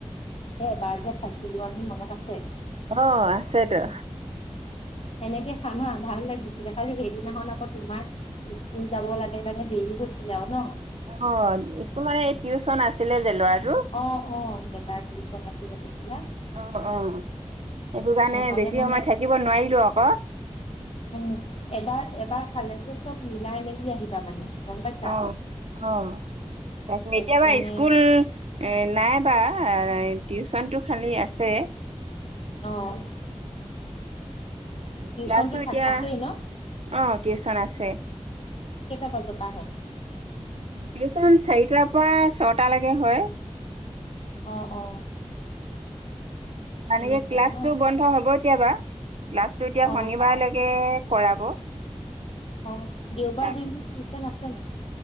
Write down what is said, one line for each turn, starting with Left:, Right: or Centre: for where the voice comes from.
Left: এ এবাৰ যে খাইছিলো আমি মনত আছে।
Right: অ আছেতো।
Left: সেনেকে খাম হা ভাল লাগিছিলে খালি সেইদিনাখন আকৌ তোমাক। স্কুল যাব লাগে কাৰনে দেৰি হৈছিলে আৰু ন।
Right: অ স্কুল মানে টিউচন আছিলে যে ল'ৰাটো
Left: অ অ বেটা টিউশচন আছিলে কৈছিলা।
Right: অ অ সেইটো কাৰণে
Left: নহলে
Right: বেছি
Left: মানে
Right: সময় থাকিব নোৱাৰিলো আক
Left: উ এবাৰ এবাৰ খালে যে চব মিলাই মেলি আহিবা মানে- গম পাইছা
Right: অ অ তাক
Left: এক
Right: এতিয়াবা
Left: মানে
Right: স্কুল এ নাইবা টিউচন টো খালি আছে।
Left: অ' টিউচনটো
Right: ক্লাছো
Left: থাক
Right: এতিয়া
Left: আছেই ন
Right: অ টিউচন আছে।
Left: কেইটা বাজ পা আহে
Right: টিউচন চাৰিটাৰ পৰা ছটা লৈকে হয়
Left: অ অ
Right: মানে
Left: তেনেকুৱা
Right: কি ক্লাছটো
Left: ন
Right: বন্ধ হব। কেতিয়াবা লাষ্টটো এতিয়া
Left: অ
Right: শনিবাৰ লৈকে কৰাব।
Left: অ দেওবাৰ
Right: তাৰ
Left: দিনতো টিউচন আছে নাই।